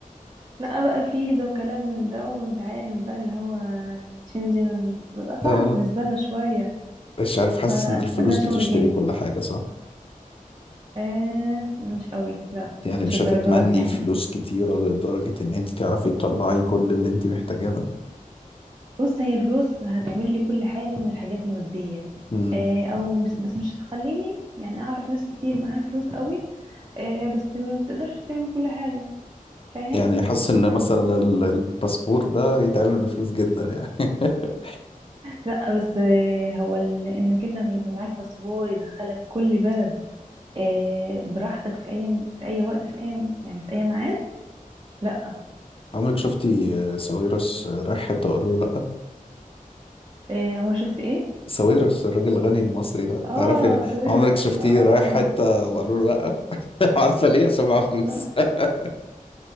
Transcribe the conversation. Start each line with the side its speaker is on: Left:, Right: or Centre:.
Right: لا بقى فيزا وكلام من ده وانت عارف بقى اللي هو الشنجن بيبقى
Left: اه
Right: صعب بالنسبه لنا شويه
Left: مش عارف حاسس
Right: ف...
Left: ان الفلوس
Right: فده شغل
Left: بتشتري
Right: جني
Left: كل حاجه
Right: آه مش قوي لا
Left: يعني
Right: مش
Left: مش
Right: الدرجات
Left: هتتمني
Right: دي يعني
Left: فلوس كتيرة لدرجة إن أنت تعرفي تطلعي كل اللي أنت محتاجاه ده
Right: <laughs> بص هي الفلوس هتعمل لي كل حاجه من الحاجات الماديه
Left: مم.
Right: آه او مش... بس مش هتخليني يعني اعرف ناس كتير معاها فلوس قوي آه بس ما تقدرش تعمل كل حاجه فاهم
Left: يعني حاسس إن مثلا ال- الباسبور ده يتعمل بفلوس جدا يعني <laughs>
Right: لا بس آه، هو ال- انك انت ما يبقى معاك باسبور يدخلك كل بلد آه، براحتك في اي في اي وقت في اي يعني في اي معاد لا
Left: عمرك شفتي آه، ساويرس آه، رايح حتة وقالوا له لأ
Right: آه، عمر شفت ايه
Left: ساويرس الراجل الغني المصري ده
Right: اه
Left: تعرفي يعني
Right: سويرت
Left: عمرك شفتيه
Right: اه
Left: رايح حتة وقالوا له لأ <laughs> عارفة ليه عشان معاه فلوس
Right: لا
Left: <laughs>